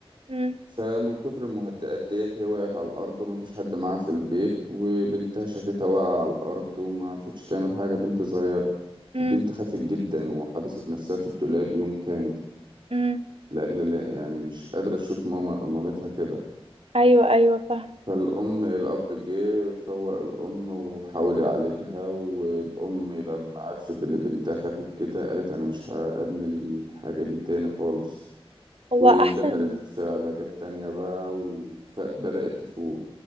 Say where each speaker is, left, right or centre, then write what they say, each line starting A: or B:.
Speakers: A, on the right (about 70°); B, on the right (about 50°).
A: أمم،
B: فمن كتر المهدئات ديت هي وقعت على الأرض ومفيش حد معاها في البيت وبنتها شافتها واقعة على الأرض وما عرفتش تعمل حاجة بنت صغيرة
A: أمم،
B: البنت خافت جدا وحبست نفسها في الدولاب يوم كامل
A: أمم.
B: لأجل الله يعني مش قادرة أشوف ماما مامتها كده
A: أيوة أيوة فاهمة
B: فالأم الأب جه فوق الأم وحاول يعالجها والأم لما عرفت اللي بنتها خافت كده قالت أنا مش هأدمن الحاجة دي تاني خالص
A: هو
B: ودخلت
A: أحسن
B: في علاجات تانية بقى وبدأت تفوق